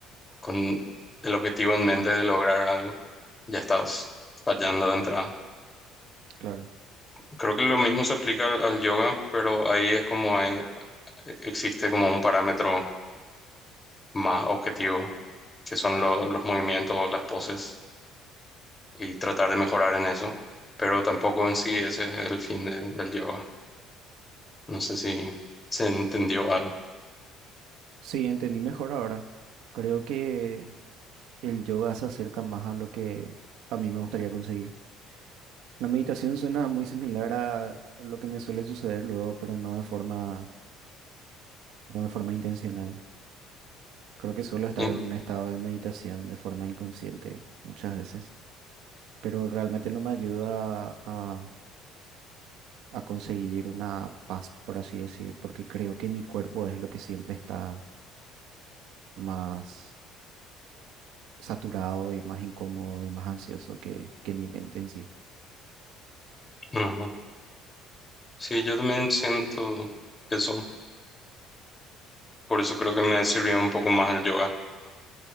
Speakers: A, on the left (about 20°); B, on the right (about 75°).
A: con el objetivo en mente de lograr algo, ya estás fallando de entrada.
B: claro.
A: Creo que lo mismo se aplica al, al yoga, pero ahí es como hay- e, existe como un parámetro más objetivo, que son lo- los movimientos, las poses, y tratar de mejorar en eso. Pero tampoco en sí ese es el fin de- del yoga. No sé si se entendió algo.
B: Sí, entendí mejor ahora. Creo que... El yoga se acerca más a lo que a mí me gustaría conseguir. La meditación suena muy similar a lo que me suele suceder luego, pero no de forma, no de forma intencional. Creo que suelo estar
A: Y-
B: en un estado de meditación de forma inconsciente muchas veces, pero realmente no me ayuda a, a conseguir una paz, por así decir, porque creo que mi cuerpo es lo que siempre está más saturado y más incómodo y más ansioso que, que mi mente en sí.
A: ujú. Sí, yo también siento eso. Por eso creo que me sirvió un poco más el yoga.